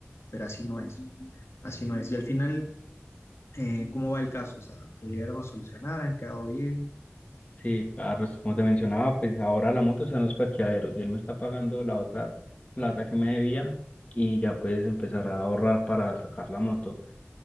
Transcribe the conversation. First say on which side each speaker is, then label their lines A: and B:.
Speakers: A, on the left; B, on the left.
A: pero así no es, así no es. Y al final, eh, ¿cómo va el caso? O sea, ¿lo llegaron a solucionar? ¿Han quedado bien?
B: Sí, Carlos, como te mencionaba, pues ahora la moto está en los parqueaderos y él me está pagando la otra plata que me debía y ya puedes empezar a ahorrar para sacar la moto.